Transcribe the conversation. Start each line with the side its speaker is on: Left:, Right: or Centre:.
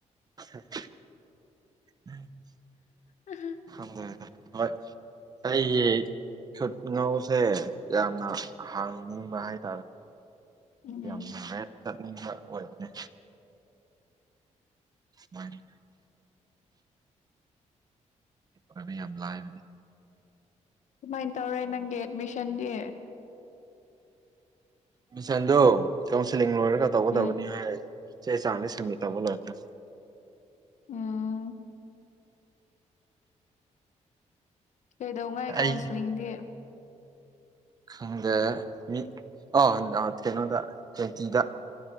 Right: ꯍꯦ ꯍꯦ ꯍꯦ ꯎꯝ <inaudible>
Left: ꯎꯝ ꯍꯨꯝ
Right: ꯈꯪꯗꯔ꯭ꯦꯗꯥ ꯍꯣꯏ ꯑꯩ ꯈꯨꯉꯧ ꯁꯦ ꯌꯥꯝꯅ ꯍꯥꯡꯅꯤꯡꯕ ꯍꯥꯏꯇꯥꯔꯦ
Left: ꯎꯝ
Right: ꯌꯥꯝꯅ ꯍꯦ ꯎꯝ ꯍꯣꯏ ꯑꯣꯏꯕꯅꯦ ꯃꯥꯅꯤ ꯍꯥꯟꯅꯥ ꯌꯥꯝ ꯂꯥꯏꯔꯝꯃꯦ
Left: ꯀꯃꯥꯏꯅꯥ ꯇꯧꯔꯦ ꯅꯪꯒꯤ ꯑꯦꯗꯃꯤꯁꯟꯗꯤ
Right: ꯃꯤꯁꯟꯗꯨ ꯀꯥꯎꯟꯁꯤꯂꯤꯡ ꯂꯣꯏꯔꯒ ꯇꯧꯒꯗꯕꯅꯤ
Left: ꯎꯝ
Right: ꯍꯥꯏ ꯆ ꯆꯅꯤ ꯁꯃꯤꯇꯥꯕꯨꯣꯑꯣꯅ
Left: ꯎꯝ ꯀꯩꯗꯧꯉꯥꯏ ꯀꯥꯎꯟꯁꯤꯂꯤꯡꯗꯤ
Right: ꯑꯩ ꯈꯪꯗꯦ ꯃꯤ ꯑ ꯀꯩꯅꯣꯗ ꯇ꯭ꯋꯦꯟꯇꯤꯗ